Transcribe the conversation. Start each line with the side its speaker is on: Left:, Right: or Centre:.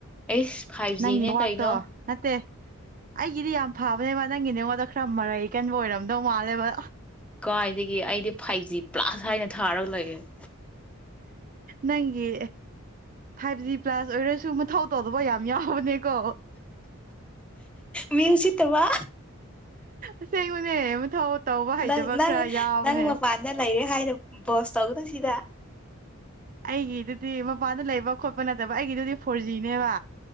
Centre: ꯑꯩꯁ ꯐꯥꯏꯚ ꯖꯤꯅꯦ
Right: ꯅꯪꯒꯤ ꯅꯦꯠꯋꯥꯛꯇꯣ
Centre: ꯀꯩꯅꯣ
Right: ꯅꯠꯇꯦ ꯑꯩꯒꯤꯗꯤ ꯌꯥꯝ ꯐꯕꯅꯦꯕ ꯅꯪꯒꯤ ꯅꯦꯠꯋꯥꯔꯛꯇꯣ ꯈꯔ ꯃꯔꯩ ꯀꯟꯕ ꯑꯣꯏꯔꯝꯗꯧ ꯃꯥꯜꯂꯦꯕ
Centre: ꯀꯥꯏꯗꯒꯤ ꯑꯩꯗꯤ ꯐꯥꯏꯚ ꯖꯤ ꯄ꯭ꯂꯥꯁ ꯍꯥꯏꯅ ꯊꯥꯔꯒ ꯂꯩꯑꯦ
Right: ꯅꯪꯒꯤ ꯐꯥꯏꯚ ꯖꯤ ꯄ꯭ꯂꯥꯁ ꯑꯣꯏꯔꯁꯨ ꯃꯊꯧ ꯇꯧꯗꯕ ꯌꯥꯝ ꯌꯥꯎꯕꯅꯤꯀꯣ
Centre: ꯃꯤꯡ ꯁꯤꯠꯇꯕ
Right: ꯑꯁꯦꯡꯕꯅꯦ ꯃꯨꯊꯧ ꯇꯧꯕ ꯍꯩꯇꯕ
Centre: ꯅꯪ ꯅꯪ
Right: ꯈꯔ ꯌꯥꯎꯕꯅꯦ
Centre: ꯅꯪ ꯃꯄꯥꯟꯗ ꯂꯩꯔꯦ ꯍꯥꯏꯅ ꯕꯣꯁ ꯇꯧꯅꯨꯁꯤꯗ
Right: ꯑꯩꯒꯤꯗꯨꯗꯤ ꯃꯄꯥꯟꯗ ꯂꯩꯕ ꯈꯣꯠꯄ ꯅꯠꯇꯕ ꯑꯩꯒꯤꯗꯨꯗꯤ ꯐꯣꯔ ꯖꯤꯅꯦꯕ